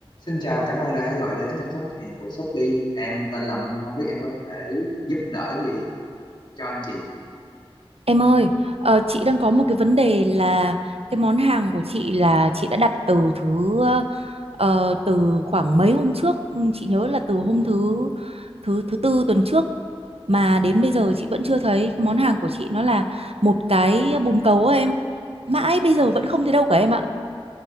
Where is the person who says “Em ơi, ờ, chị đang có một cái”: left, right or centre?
Right